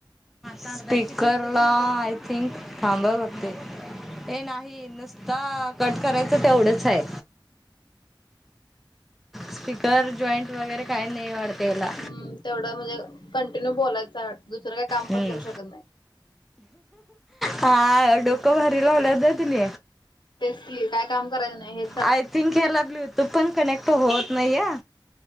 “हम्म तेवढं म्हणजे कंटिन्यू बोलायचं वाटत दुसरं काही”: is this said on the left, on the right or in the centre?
Left